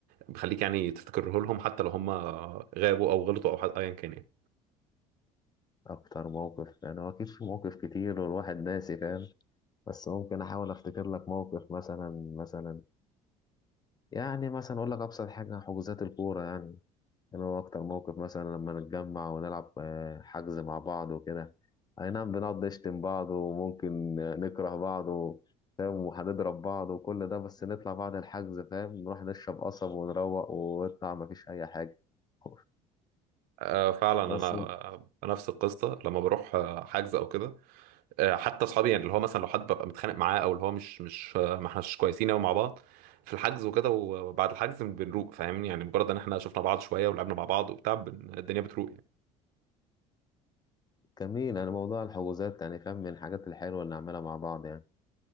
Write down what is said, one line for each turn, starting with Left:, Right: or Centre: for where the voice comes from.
Right: بيخليك يعني تفتكره لهم حتى لو هم غابوا أو غلطوا أو حتى أيا كان يعني
Left: اكتر موقف يعني هو اكيد في مواقف كتير والواحد ناسي فاهم بس ممكن احاول افتكر لك موقف مثلا مثلا يعني مثلا اقول لك ابسط حاجه حجوزات الكوره يعني يعني هو أكتر موقف مثلا لما نتجمع ونلعب آه، حجز مع بعض وكده أي نعم بنقعد نشتم بعض وممكن آه، نكره بعض و- فاهم وهنضرب بعض وكل ده بس نطلع بعد الحجز فاهم نروح نشرب قصب ونروق ونطلع مفيش أي حاجة <laughs>
Right: آه، فعلا
Left: بس
Right: انا نفس القصه لما بروح آه، حجز او كده آه، حتى اصحابي يعني اللي هو مثلا لو حد ببقى متخانق معاه او اللي هو مش مش آه، ما احناش كويسين قوي مع بعض في الحجز وكده وبعد الحجز بنروق فاهمني يعني مجرد ان احنا شفنا بعض شويه ولعبنا مع بعض وبتاع بن- الدنيا بتروق يعني.
Left: جميل يعني موضوع الحجوزات يعني فاهم من الحاجات الحلوة اللي نعملها مع بعض يعني